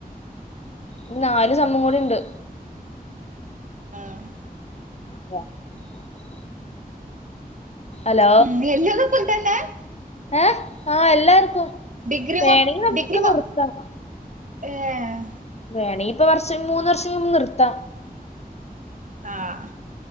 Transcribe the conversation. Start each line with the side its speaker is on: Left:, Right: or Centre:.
Left: ഇനി നാല് സമ്മും കൂടി ഇണ്ട്.
Right: ആഹ്
Left: <inaudible> ഹലോ
Right: മ് എല്ലോത്തും <unintelligible>
Left: ഏഹ് ആഹ് എല്ലാർക്കും
Right: ഡിഗ്രി
Left: വേണെങ്കി
Right: മൊ
Left: നമ്മക്ക്
Right: ഡിഗ്രി മൊ
Left: നിർത്താം
Right: ഏഹ്
Left: വേണെ ഇപ്പം വർഷം മൂന്ന് വർഷം കയുമ്പോ നിർത്താം
Right: ആഹ്